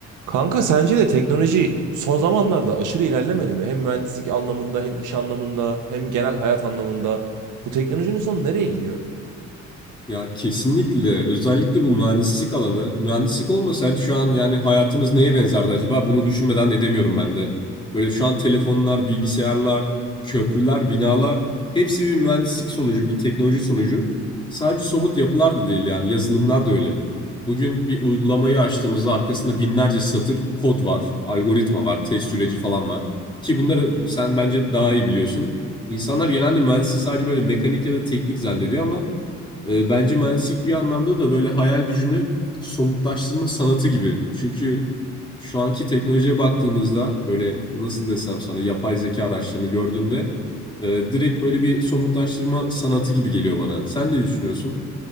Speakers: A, on the right; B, on the left.
A: Kanka sence de teknoloji son zamanlarda aşırı ilerlemedi mi? Hem mühendislik anlamında hem iş anlamında hem genel hayat anlamında. Bu teknolojinin sonu nereye gidiyor?
B: Ya kesinlikle özellikle bu mühendislik alanı mühendislik olmasaydı şu an yani hayatımız neye benzerdi acaba bunu düşünmeden edemiyorum ben de. Böyle şu an telefonlar, bilgisayarlar, köprüler, binalar hepsi bir mühendislik sonucu, bir teknoloji sonucu. Sadece somut yapılar da değil yani yazılımlar da öyle. Bugün bir uygulamayı açtığımızda arkasında binlerce satır kod var, algoritma var, test süreci falan var. Ki bunları sen bence daha iyi biliyorsun. İnsanlar genelde mühendisliği sadece böyle mekanik ya da teknik zannediyor ama e, bence mühendislik bir anlamda da böyle hayal gücünü somutlaştırma sanatı gibi. Çünkü şu anki teknolojiye baktığımızda böyle nasıl desem sana yapay zeka araçlarını gördüğümde e, direkt böyle bir somutlaştırma sanatı gibi geliyor bana. Sen ne düşünüyorsun?